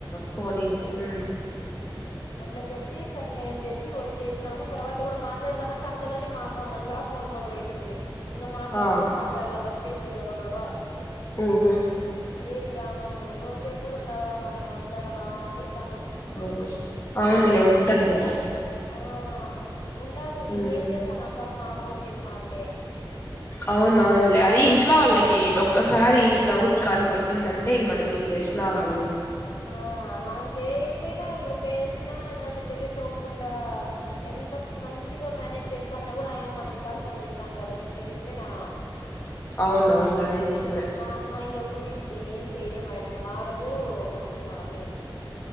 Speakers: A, on the left; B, on the left.
A: పోనీలే
B: హ్మ్.
A: ఉ
B: అట్లా చెప్పి స లే అని చెప్పి వచ్చేసినాము తర్వాత కూడా మాట్లాడదామంటే అంతలోనే మా అమ్మ మళ్ళా ఫోన్ మొదలు పెట్టింది ఇంకా మాట్లాడిన
A: ఆ
B: గూడ మాట్లాడలా వచ్చేసి గబా గబా
A: ఉహు
B: ఏంది రామాయణంని రోజసేపు కూడా ఉండవా మా మాట్లాడవా అని తను
A: ఓ అవున్లే ఉంటది కదా
B: ఆ ఉండాల్సింది
A: ఉమ్
B: ఇంకేం చేస్తా నా కర్మ ఫోన్ చేస్తా అంటే
A: అవునవునులే అది ఇంట్లో వాళ్ళకి ఒక్కసారి డౌట్ కాను కొట్టిందంటే అంటే ఇంక మనం ఏం చేసిన వాళ్ళు
B: ఆ మనం చేయకపోయినాం ఇప్పుడు చేసినాను అని అన్నట్టు తెలికోకుండా ఎంత మంచిగా మేనేజ్ చేస్తా అన్నా కూడా ఆయమ్మ అన్నిసార్లు ఫోన్ చేస్తా అంటది ఇంక తెలిస్తే నా
A: అవునవునులే అది నిజమే
B: మా అమ్మాయి ఎప్పుడు ఇంతే ఇంగ ఏం చెయలే మాయ అమ్మ మారదు మనుషుని మారనీదు